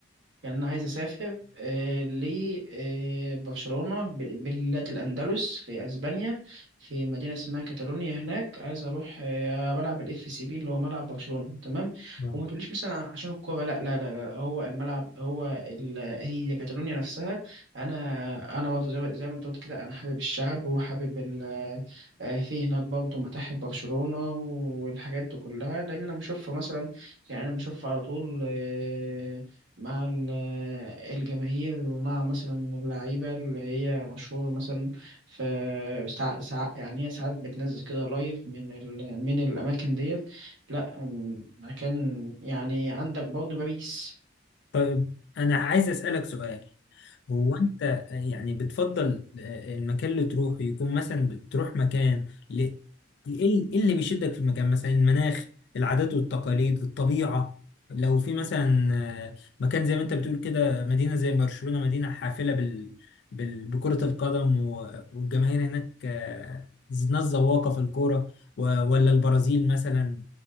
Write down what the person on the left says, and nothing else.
آه.
طيب أنا عايز أسألك سؤال هو أنت يعني بتفضل آه، المكان اللي تروحه يكون مثلا بتروح مكان ل... إيه إيه اللي بيشدك في المكان مثلا المناخ العادات والتقاليد الطبيعة لو في مثلا آه، مكان زي ما أنت بتقول كده مدينة زي برشلونة مدينة حافلة بال... بال... بكرة القدم و... والجماهير هناك آه، ناس ذواقة في الكورة و... ولا البرازيل مثلا